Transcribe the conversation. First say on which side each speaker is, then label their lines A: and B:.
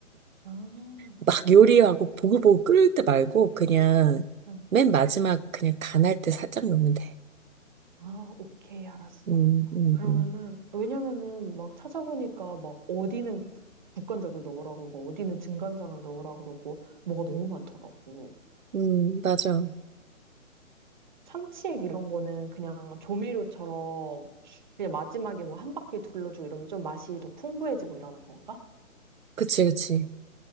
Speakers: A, on the right; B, on the right.
A: 아,
B: 막 요리하고 보글보글 끓일 때 말고 그냥
A: 응.
B: 맨 마지막 그냥 간할 때 살짝 넣으면 돼.
A: 아, 오케이, 알았어.
B: 음, 음,
A: 그러면은,
B: 음.
A: 왜냐면은 막 찾아보니까 막 어디는 국- 국간장을 넣으라고 그러고, 어디는 진간장을 넣으라고 그러고, 뭐가 너무 많더라고.
B: 음, 맞아.
A: 참치액 이런 거는 그냥 조미료처럼 그냥 마지막에 뭐 한 바퀴 둘러주고 이러면 좀 맛이 더 풍부해지고 이러는 건가?
B: 그치, 그치.